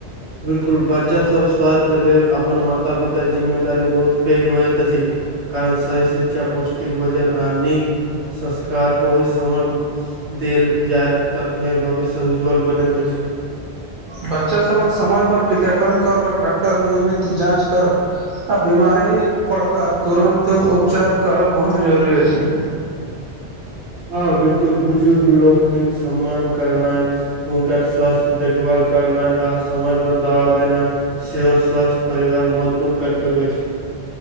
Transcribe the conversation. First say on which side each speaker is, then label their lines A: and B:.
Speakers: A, on the right; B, on the right.
A: बिल्कुल बच्चा सब स्वास्थ्य लेल अपन माता पिता जिम्मेदारी बहुत पैघ होयत अछि कारण सही शिक्षा पौष्टिक भोजन आ नीक संस्कार ओहि समय देल जायत तखने भविष्य उज्ज्वल बनैत अछि
B: बच्चा सब कऽ समय पर टीकाकरण करबाक डॉक्टर नियमित जाँच करब आ बिमारी पड़ला तुरन्त उपचार करब बहुत जरूरी अछि
A: हँ बिलकुल बुजुर्ग लोकनिक सम्मान करनाइ हुनकर स्वास्थ देखभाल करनाइ आ समयपर दवा देनाइ सेहो स्वस्थ परिवार महत्वपूर्ण कर्तव्य अछि